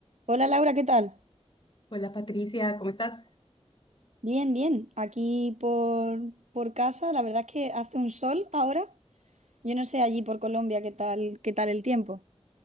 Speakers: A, on the right (about 85°); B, on the left (about 45°).
A: Hola Laura, ¿qué tal?
B: Hola Patricia, ¿cómo estás?
A: Bien, bien. Aquí por, por casa, la verdad es que hace un sol ahora. Yo no sé allí por Colombia qué tal, qué tal el tiempo.